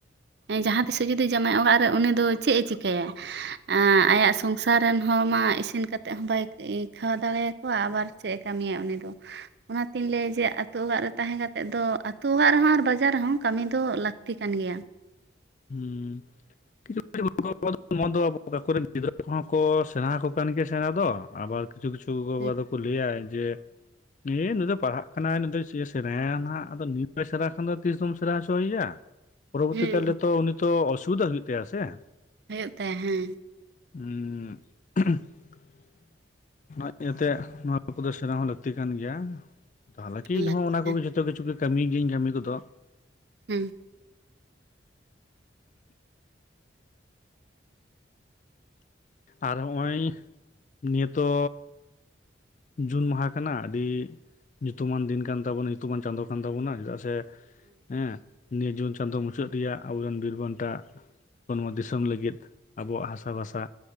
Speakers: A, on the right; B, on the left.
A: ᱮᱸ ᱡᱟᱦᱟᱸ ᱛᱤᱥᱮ ᱡᱩᱫᱤ ᱡᱟᱶᱟᱭ ᱚᱲᱟᱜ ᱨᱮ ᱩᱱᱤ ᱫᱚ ᱪᱮᱫ ᱮ ᱪᱤᱠᱟᱹᱭᱟ? ᱟᱸᱻ ᱟᱭᱟᱜ ᱥᱚᱝᱥᱟᱨ ᱨᱮᱱ ᱦᱚᱲ ᱢᱟ ᱤ ᱤᱥᱤᱱ ᱠᱟᱛᱮᱮᱫ ᱦᱚᱸ ᱵᱟᱭ ᱟᱹᱭᱠᱟᱹᱣ ᱫᱟᱲᱮᱭᱟᱠᱚᱣᱟ ᱟᱵᱟᱨ ᱪᱮᱫ ᱮ ᱠᱟᱹᱢᱤᱭᱟ ᱩᱱᱤ ᱫᱚ᱾ ᱚᱱᱟᱛᱤᱧ ᱞᱟᱹᱭ ᱡᱮ ᱟᱹᱛᱩ ᱚᱲᱟᱜ ᱨᱮ ᱛᱟᱦᱮᱸ ᱠᱟᱛᱮᱫ ᱫᱚ, ᱟᱹᱛᱩ ᱚᱲᱟᱜ ᱨᱮᱦᱚᱸ ᱟᱨ ᱵᱟᱡᱟᱨ ᱨᱮᱦᱚᱸ ᱠᱟᱹᱢᱤ ᱫᱚ ᱞᱟᱹᱠᱛᱤ ᱠᱟᱱ ᱜᱮᱭᱟ᱾
B: ᱦᱩᱸᱻ ᱠᱤᱪᱷᱩ ᱠᱪᱷᱩ ᱜᱚᱜᱚᱼᱵᱟᱵᱟ ᱫᱚ ᱟᱵᱚ ᱟᱠᱚᱨᱮᱱ ᱜᱤᱫᱽᱨᱟᱹ ᱠᱚᱦᱚᱸ ᱠᱚ ᱥᱮᱬᱟ ᱟᱠᱚ ᱠᱟᱱ ᱜᱮᱭᱟ ᱥᱮᱬᱟ ᱫᱚ, ᱟᱵᱟᱨ ᱠᱤᱪᱷᱩ ᱠᱤᱪᱷᱩ ᱜᱚᱜᱚ
A: ᱦᱩᱸ
B: ᱵᱟᱵᱟ ᱫᱚᱠᱚ ᱞᱟᱹᱭᱟ ᱡᱮ ᱮ ᱱᱩᱭ ᱫᱚ ᱯᱟᱲᱦᱟᱜ ᱠᱟᱱᱟᱭ ᱱᱩᱭ ᱫᱚ ᱪᱮᱫ ᱮ ᱥᱮᱬᱟᱼᱟ ᱱᱟᱦᱟᱸᱜ, ᱟᱫᱚ ᱱᱤᱛ ᱵᱟᱭ ᱥᱮᱬᱟ ᱠᱷᱟᱱ ᱫᱚ ᱛᱤᱥ ᱫᱚᱢ ᱥᱮᱬᱟ ᱦᱚᱪᱚᱭᱮᱭᱟ? ᱯᱚᱨᱚᱵᱚᱨᱛᱤ
A: ᱦᱩᱸ
B: ᱠᱟᱞ ᱨᱮᱛᱚ ᱩᱱᱤ ᱛᱚ ᱚᱥᱩᱵᱤᱫᱷᱟ ᱦᱩᱭᱩᱜ ᱛᱟᱭᱟ ᱥᱮ?
A: ᱦᱩᱭᱩᱜ ᱛᱟᱭᱟ ᱦᱮᱸ᱾
B: ᱩᱸᱜ᱾ ᱱᱚᱣᱟ ᱤᱭᱟᱹᱛᱮ ᱱᱚᱣᱟ ᱠᱚᱫᱚ ᱥᱮᱬᱟ ᱦᱚᱸ ᱞᱟᱹᱠᱛᱤ ᱠᱟᱱ ᱜᱮᱭᱟ᱾ ᱛᱟᱦᱚᱞᱮ ᱠᱤ ᱤᱧ
A: ᱞᱟᱹᱠᱛᱤ
B: ᱦᱚᱸ ᱚᱱᱟ
A: ᱠᱟᱱ
B: ᱠᱚᱜᱮ ᱡᱷᱚᱛᱚ ᱠᱤᱪᱷᱩ ᱜᱮ ᱠᱟᱹᱢᱤ ᱜᱤᱭᱟᱹᱧ ᱠᱟᱹᱢᱤ ᱠᱚᱫᱚ᱾
A: ᱦᱩᱸ᱾
B: ᱟᱨ ᱦᱚᱸᱜᱼᱚᱭ ᱱᱤᱭᱟᱹ ᱛᱚ ᱡᱩᱱ ᱢᱟᱦᱟ ᱠᱟᱱᱟ ᱟᱹᱰᱤ ᱧᱩᱛᱩᱢᱟᱱ ᱫᱤᱱ ᱠᱟᱱ ᱛᱟᱵᱚᱱᱟ, ᱧᱩᱛᱩᱢᱟᱱ ᱪᱟᱸᱫᱳ ᱠᱟᱱ ᱛᱟᱵᱚᱱᱟ ᱪᱮᱫᱟᱜ ᱥᱮ ᱦᱮᱸ ᱱᱤᱭᱟᱹ ᱡᱩᱱ ᱪᱟᱸᱫᱳ ᱢᱩᱪᱟᱹᱫ ᱨᱮᱭᱟᱜ ᱟᱵᱚᱨᱮᱱ ᱵᱤᱨ ᱵᱟᱱᱴᱟ ᱟᱵᱚ ᱱᱚᱣᱟ ᱫᱤᱥᱚᱢ ᱞᱟᱹᱜᱤᱫ ᱟᱵᱚᱣᱟᱜ ᱦᱟᱥᱟ ᱵᱷᱟᱥᱟ